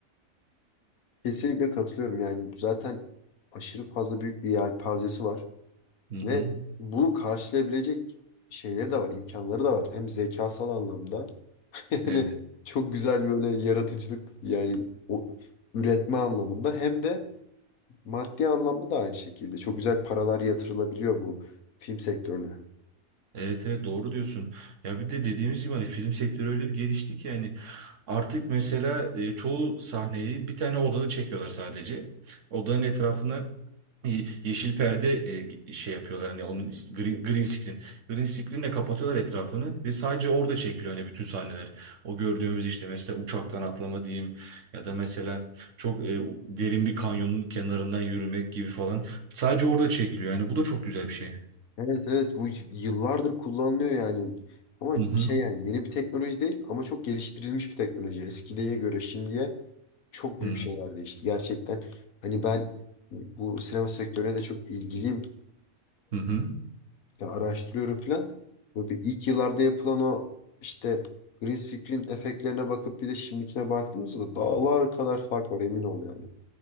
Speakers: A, on the left; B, on the right.
A: Kesinlikle katılıyorum yani. Zaten aşırı fazla büyük bir yelpazesi var.
B: Hı hı.
A: Ve bunu karşılayabilecek şeyleri de var, imkanları da var. Hem zekasal anlamda <laughs> yani
B: Evet.
A: çok güzel böyle yaratıcılık yani o üretme anlamında hem de Maddi anlamda da aynı şekilde. Çok güzel paralar yatırılabiliyor bu film sektörüne.
B: Evet evet doğru diyorsun. Ya bir de dediğimiz gibi hani film sektörü öyle bir gelişti ki yani artık mesela e, çoğu sahneyi bir tane odada çekiyorlar sadece. Odanın etrafına Ye- Yeşil perde e, şey yapıyorlar hani onun is- green, green screen. Green screen'le kapatıyorlar etrafını ve sadece orada çekiliyor hani bütün sahneler. O gördüğümüz işte mesela uçaktan atlama diyeyim ya da mesela çok e, derin bir kanyonun kenarından yürümek gibi falan. Sadece orada çekiliyor yani bu da çok güzel bir şey.
A: Evet evet bu yıllardır kullanılıyor yani. Ama
B: Hı hı.
A: şey yani yeni bir teknoloji değil ama çok geliştirilmiş bir teknoloji. Eskiye göre şimdiye çok büyük
B: Hı
A: şeyler değişti. Gerçekten hani ben bu sinema sektörüne de çok ilgiliyim.
B: hı. hı.
A: Ya araştırıyorum filan. Böyle bir ilk yıllarda yapılan o işte green screen efektlerine bakıp bir de şimdikine baktığımızda dağlar kadar fark var emin ol yani.